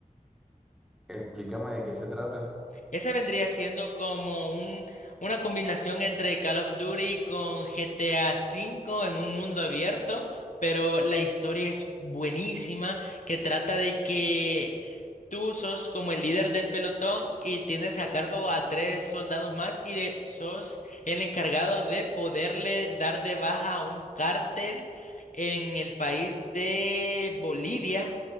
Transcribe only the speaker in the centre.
Explícame de qué se trata.